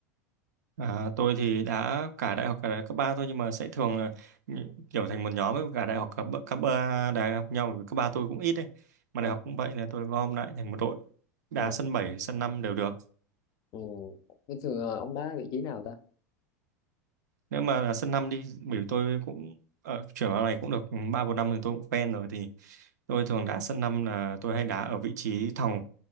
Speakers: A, on the right; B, on the left.
A: À, tôi thì đã cả đại học cả đại học cấp 3 thôi nhưng mà sẽ thường là nhị- kiểu thành một nhóm với cả đại học cấp cấp 3 đại học nhau bởi vì cấp 3 tôi cũng ít đấy mà
B: à,
A: đại học cũng vậy là tôi gom lại thành một đội đá
B: à,
A: sân 7 sân 5 đều được
B: ừ. Bình thường là ông đá vị trí nào ta
A: nếu mà là sân 5 đi bởi vì tôi cũng ở chuyển vào này cũng được 3 4 năm rồi tôi cũng quen rồi thì tôi thường đá sân năm là tôi hay đá ở vị trí thòng